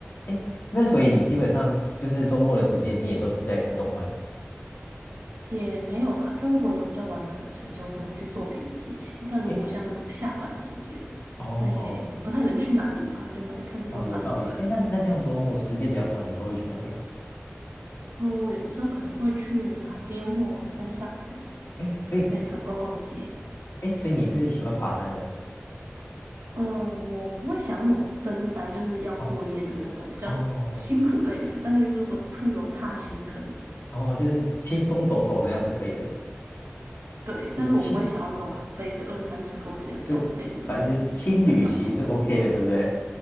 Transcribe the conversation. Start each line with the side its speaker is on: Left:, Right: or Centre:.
Left: 哎那所以你基本上就是周末的时间，你也都是在看动漫。
Right: 也没有啦，就如果有比较完整的时间，我可能会去做别的事情。但如果像那种下班时间，
Left: 哎，哦
Right: 那也也不太能去哪里嘛，那就来看个动漫好了。
Left: 哦，有道理。哎，那那这样周末时间比较长，你都会去哪里啊？
Right: 嗯，我有的时候可能会去海边或山上这样，
Left: 哎，所以
Right: 那也可能逛逛街。
Left: 哎，所以你是喜欢爬山的？
Right: 嗯，我不会想要那种登山，就是要过夜的那种比较辛苦类的。
Left: 哦哦
Right: 但是如果是出游踏行可以，
Left: 哦，就是轻松走走这样是可以的，
Right: 对，
Left: 就是轻
Right: 但是我不会想要那种背个二三十公斤的装备，
Left: <laughs> 啊。这反正就是轻旅行是
Right: 然后在山上过夜。
Left: OK 的，对不对？